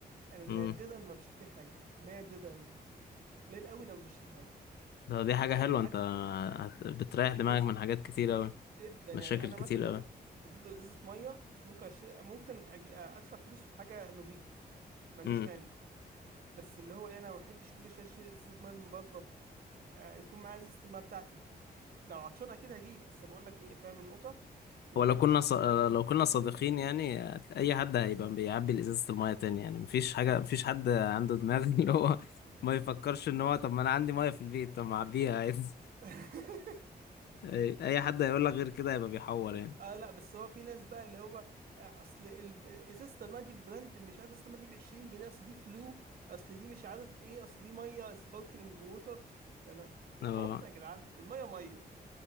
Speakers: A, on the right; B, on the left.
A: انا نادرا
B: أمم.
A: ما بشتري حاجه نادرا قليل قوي لما بشتري حاجه
B: ده- دي حاجة
A: يعني
B: حلوة
A: حتى
B: انت هت- بتريح دماغك
A: الناس
B: من حاجات كتير اوي
A: جدا يعني
B: مشاكل
A: انا
B: كتير
A: مثلا
B: اوي
A: بجيب ازازه ميه مش ممكن أشتري ممكن أجي... ادفع فلوس في حاجه نظيفه ما عنديش
B: أمم.
A: مانع بس اللي هو إيه، انا ما بحبش كل شويه شيء ازازه ميه من بره آه يكون معايا ازازه الميه بتاعتي لو عطشان اكيد هجيب بس بقول لك ايه فاهم النقطه ما
B: ولو
A: بحبش
B: كنا
A: اشتري
B: ص...
A: طبعا
B: لو كنا صادقين يعني هت- اي حد هيبقى بيعبي ازازة المية تاني يعني مفيش حاجة مفيش حد عنده دماغ <laughs> اللي هو ما يفكرش
A: اشتري-
B: ان هو طب ما انا عندي مية في البيت طب ما اعبيها عادي <laughs>
A: <laughs>
B: اي أي حد هيقول لك غير كده هيبقى بيحور يعني
A: اه لا بس هو في ناس بقى اللي هو آه، اصل ال- ازازه الميه دي براند مش عارف ازازه الميه دي ب 20 جنيه اصل دي فلو اصل دي مش عارف ايه اصل دي ميه سباركلينج ووتر لا لا انتوا
B: اه
A: عبط يا جدعان الميه ميه